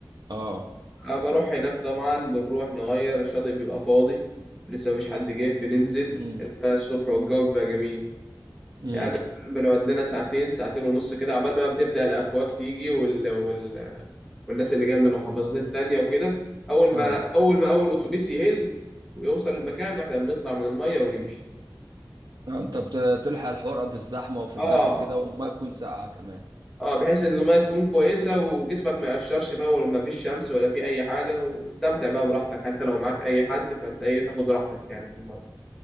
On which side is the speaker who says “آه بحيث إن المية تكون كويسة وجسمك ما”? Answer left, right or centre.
Centre